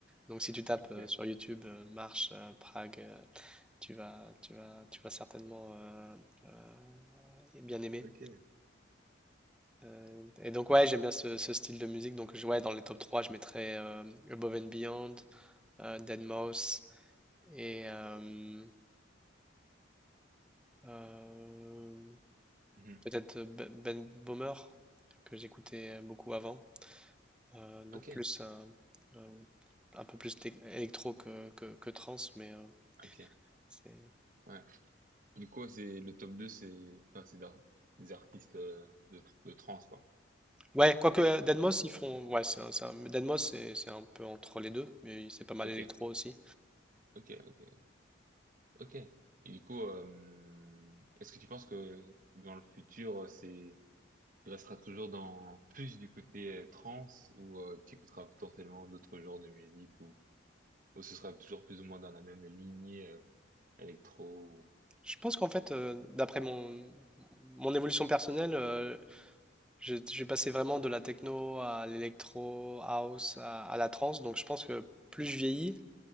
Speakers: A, in the centre; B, on the right.
A: Donc si tu tapes
B: Ok,
A: euh, sur YouTube euh, marche euh, Prague, euh, tu vas, tu vas, tu vas certainement euh, euh, bien aimer.
B: ok,
A: Euh, et donc ouais, j'aime bien ce, ce style de musique. Donc je- ouais, dans les top 3 je mettrais euh, Above and Beyond, euh, deadmau5 et euh, euh,
B: Mhm.
A: peut-être B- Ben Bomer que j'écoutais beaucoup avant. Euh, donc
B: ok,
A: plus euh, euh, un peu plus tec- électro que, que, que trance, mais euh,
B: ok,
A: c'est
B: ouais. Du coup, c'est le top 2 c'est, enfin, c'est d'ar- des artistes euh, de, de trance, quoi.
A: Ouais, quoique euh, Deadmau5,
B: Ouais,
A: ils font. Ouais, c'est un, c'est un- Deadmau5, c'est c'est un peu entre les deux, mais c'est pas mal
B: ok,
A: électro aussi.
B: ok, ok, ok. Et du coup, euh, est-ce que tu penses que dans le futur, c'est tu resteras toujours dans plus du côté euh, trance ou euh, tu écouteras potentiellement d'autres genres de musique ou, ou ce sera toujours plus ou moins dans la même lignée euh, électro.
A: Je pense qu'en fait, euh, d'après mon, mon évolution personnelle, euh, j'ai j'ai passé vraiment de la techno à l'électro, house, à, à la trance. Donc je pense que plus je vieillis,